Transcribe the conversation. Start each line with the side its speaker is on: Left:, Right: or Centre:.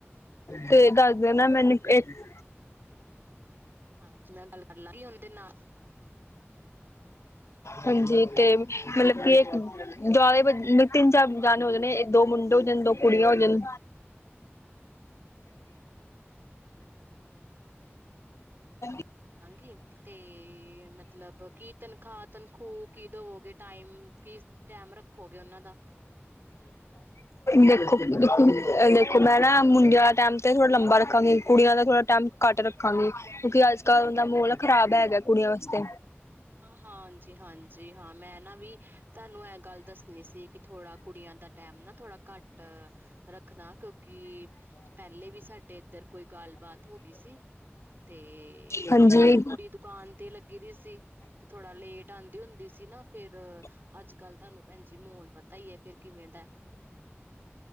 Left: ਤੇ ਦੱਸ ਦਿ ਨਾ ਮੈਨੂੰ ਇੱਕ <inaudible> <inaudible>
Right: ਹਾਂਜੀ ਮੈਂ ਗੱਲ ਕਰ ਲਾਂਗੀ ਉਹਦੇ ਨਾਲ
Left: ਹਾਂਜੀ ਤੇ ਮਤਲਬ ਕਿ ਇੱਕ ਦੁਆਲੇ ਤਿੰਨ ਚਾਰ ਜਾਣੇ ਹੋ ਜਾਣੇ ਦੋ। ਮੁੰਡੇ ਹੋ ਜਾਣ ਦੋ ਕੁੜੀਆਂ ਹੋ ਜਾਣ। <inaudible>
Right: ਹਾਂਜੀ, ਤੇ ਮਤਲਬ ਕੀ ਤਨਖਾਹ ਤਨਖੂ ਕੀ ਦਵੋਗੇ ਟਾਈਮ- ਕੀ ਟਾਈਮ ਰੱਖੋਗੇ ਉਹਨਾਂ ਦਾ
Left: ਦੇਖੋ, <inaudible> ਮੈਂ ਨਾ ਮੁੰਡਿਆਂ ਦਾ ਟਾਈਮ ਤੇ ਥੋੜਾ ਲੰਬਾ ਰੱਖਾਂਗੀ, ਕੁੜੀਆਂ ਦਾ ਥੋੜ੍ਹਾ ਟਾਈਮ ਘੱਟ ਰੱਖਾਂਗੀ, ਕਿਉਂਕਿ ਅੱਜ-ਕੱਲ੍ਹ ਦਾ ਮੋਲ ਖਰਾਬ ਹੈਗਾ। ਕੁੜੀਆਂ ਵਾਸਤੇ
Right: ਹਾਂਜੀ-ਹਾਂਜੀ, ਹਾਂ ਮੈਂ ਨਾ ਵੀ ਤੁਹਾਨੂੰ ਇਹ ਗੱਲ ਦੱਸਣੀ ਸੀ। ਸੀ ਕਿ ਥੋੜਾ ਕੁੜੀਆਂ ਦਾ ਟੈਮ ਨਾ ਥੋੜਾ ਘੱਟ ਰੱਖਣਾ, ਕਿਉਂਕਿ ਕਿ ਪਹਿਲੇ ਵੀ ਸਾਡੇ ਇੱਧਰ ਕੋਈ ਗੱਲਬਾਤ ਹੋ ਗਈ ਸੀ। ਤੇ
Left: ਹਾਂਜੀ
Right: ਉਹ ਵੀ ਕੁੜੀ ਦੁਕਾਨ ਲੱਗੀ ਦੀ ਸੀ, ਤੇ ਥੋੜਾ ਲੇਟ ਆਦੀ ਹੁੰਦੀ ਸੀ, ਨਾ ਫੇਰ
Left: <inaudible>
Right: ਅੱਜ ਕੱਲ ਤੁਹਾਨੂੰ ਭੈਣ ਜੀ ਮਾਹੌਲ ਪਤਾ ਹੀ ਹੈ ਫੇਰ ਕਿਵੇਂ ਦਾ